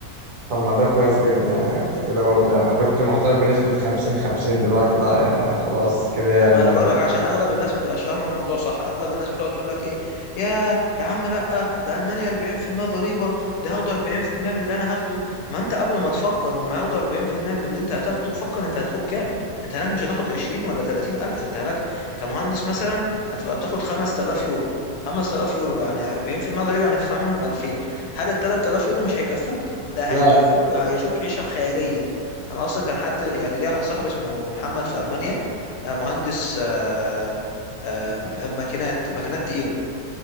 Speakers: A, on the right; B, on the left.
A: طب ما ده كويس جدا يعني أنت كده برضو يعني أنا كنت محتار بنسبة 50 50 دلوقتي لا يعني أنا خلاص كده يا ألمانيا
B: ما انا بقولك عشان اغلب الناس ما تبقاش فاهمه الموضوع صح اغلب الناس بتقعد تقول لك ايه يا يا عم لا ده المانيا 40% ضريبه ده هياخدوا 40% من اللي انا هاخده ما انت قبل ما تفكر هم هياخدوا 40% من اللي انت هتاخده فكر انت هتاخد كام انت هناك مش هتاخد 20 ولا 30 الف انت هناك كمهندس مثلا هتبقى بتاخد 5000 يورو 5000 يورو يعني 40% ضريبه يعني هتدفع منهم 2000 هل ال 3000 يورو مش هيكفوك ده هيكفوك
A: لا أكيد
B: ويعيشوك عيشه خياليه انا اصلا كان حد يعني ليا واحد صاحبي اسمه محمد في المانيا آه، مهندس آه، آه، ماكينات ماكينات تقيلة